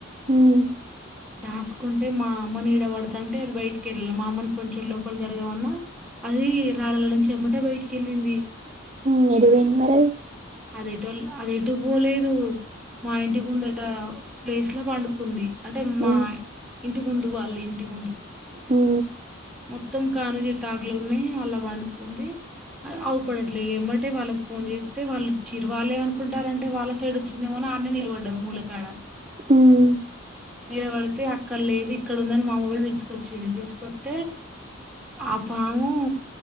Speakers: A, on the right; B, in the centre.
A: ఉమ్
B: దాస్కుంట అంటే మా అమ్మని ఈడ పడతా అంటే అది బయటికి వెళ్ళాలి మా అమ్మని కొంచెం లోపలి జరగమన్నా అది రాలని చేమంటే బయటికిళ్ళింది
A: నడువేన్ మర
B: అది ఎటో అది ఎటో పోలేదు మా ఇంటి ముందట ప్లేస్ లో పండుకుంది అంటే అమ్మాయి
A: ఉమ్
B: ఇంటి ముందు వాళ్ళు ఇంటి ముందు
A: అవు
B: మొత్తం కానుగ చెట్టు ఆకులున్నయ్ అల్ల పండుకుంది, అ అవుపడట్లే ఎంబటే వాళ్ళకి ఫోన్ చేత్తె వాళ్ళు చిర్రు వాల్లేమనుకుంటారంటే వాళ్ళ సైడోచ్చిందేమో అని ఆన్నే నిలబడ్డరు మూలకాడ.
A: ఉమ్
B: నిలబడితే అక్కడ లేదు, ఇక్కడ ఉందని మావోడు పిలుచుకొచ్చిండు, పిల్సుకొత్తే ఆ పాము